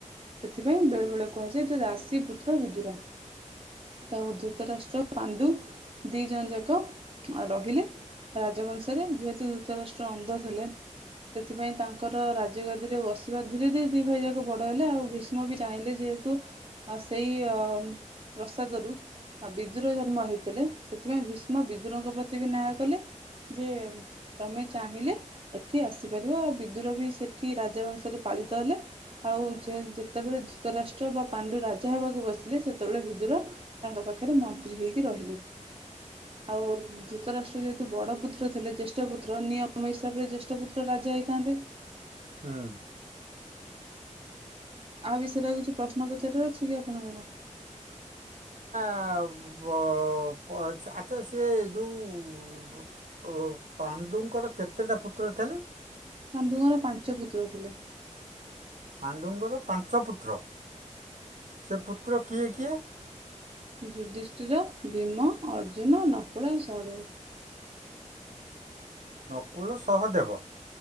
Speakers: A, on the right; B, on the right.
A: ସେଥିପାଇଁ ବେଳେବେଳେ କୁହାଯାଏ ଯେ ଦାସି ଶି ପୁତ୍ର ବିଦୁର ତାଉ ଧୂତରାଷ୍ଟ୍ର ପାଣ୍ଡୁ ଦି ଜଣ ଯାକ ରହିଲେ ରାଜବଂଶ୍। ତରେ ଯେହେତୁ ଧୂତରାଷ୍ଟ୍ର ଅନ୍ଧ ଥିଲେ ସେଥିପାଇଁ ତାଙ୍କ କର ରାଜଗାଦିରେ ବସିବା ଧୀରେ ଧୀରେ ଦି ଭାଇ ଯାକ ବଡ଼ ହେଲେ ଆଉ ଭିସ୍ ମ ବି ଚାହିଁଲେ ଯେହେତୁ ସେଇ ଅମ୍ ପ୍ରସାଦରୁ ବିଦୁର ଜନ୍ମ ହେଇ ଥିଲେ ସେଥିପାଇଁ ଭୀଷ୍ମ ବିଦୁରଙ୍କ ପ୍ରତି ବି ନ୍ୟାୟ କଲେ ଯେ ତମେ ଚାହିଁଲେ ଏଠି ଆସିପାରିବ ଆ ବିଦୁର ବି ସେଠି ରାଜବଂଶରେ ପାଳିତ ହେଲେ ଆଉ ଯେ ଯେତେବେ <unintelligible> ଧୁତରାଷ୍ଟ୍ର ବା ପାଣ୍ଡୁ <unintelligible> ହବାକୁ ବସିଲେ ସେତେବେଳେ ବିଦୁର ତାଙ୍କ ପାଖରେ ମନ୍ତ୍ରୀ ହେଇକି ରହିଲେ। ଆଉ ଧୂତରାଷ୍ଟ୍ର ଯେହେତୁ ବଡ ପୁତ୍ର ଥିଲେ ଜ୍ୟେଷ୍ଠ ପୁତ୍ର ନିୟମ ହିସାବରେ ଜେଷ୍ଠ ପୁତ୍ର ରାଜା ହେଇଥାନ୍ତେ।
B: ହୁଁ
A: ଆ ବିଷୟ ରେ ଆଉ କି ପ୍ରଶ୍ନ ପଚାରିବାର ଅଛି କି ଆପଣଙ୍କର?
B: ଆବ ପ ଚ୍ଛା ଆଚ୍ଛା ସିଏ ଯୋଉ ଉ ପାଣ୍ଡୁଙ୍କର କେତେଟା ପୁତ୍ର ଥିଲେ?
A: ପାଣ୍ଡୁଙ୍କର ପାଞ୍ଚ ପୁତ୍ର ଥିଲେ।
B: ପାଣ୍ଡୁଙ୍କର ପାଞ୍ଚ ପୁତ୍ର? ସେ ପୁତ୍ର କିଏ କିଏ?
A: ଯୁଧିଷ୍ଟିର, ଭୀମ, ଅର୍ଜୁନ, ନକୁଳ, ସହଦେବ।
B: ନକୁଳ, ସହଦେବ